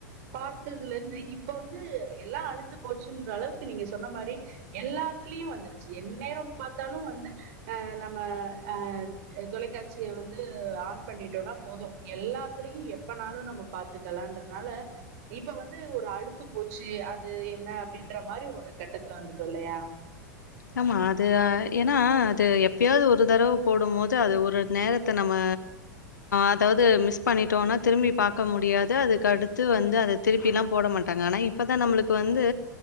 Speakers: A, on the right; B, on the left.
A: பார்த்ததுல இருந்து இப்ப வந்து எல்லா அலுத்து போச்சுன்ற அளவுக்கு நீங்க சொன்ன மாரி எல்லாத்துலயு வந்துருச்சு என் நேரோ பாத்தாலு வந்து ஆ நம்ம ஆ தொலைக்காட்சிய வந்து ஆன் பண்ணிட்டோம்னா போது எல்லாத்துலயு எப்பனாலு நம்ம பாத்துக்கலான்றதுனால இப்ப வந்து ஒரு அலுத்து போச்சு அது என்ன அப்டின்ற மாரி ஒரு கட்டத்துல வந்துட்டோ இல்லயா
B: ஆமா அது ஆ ஏனா அது எப்பயாது ஒரு தடவை போடும் போது அது ஒரு நேரத்த நம்ம அதாவ்து மிஸ் பண்ணிடோனா திரும்பி பாக்க முடியாது அதுக்கடுத்து வந்து அது திருப்பிலா போட மாட்டாங்க ஆனா இப்பதா நம்ளுக்கு வந்து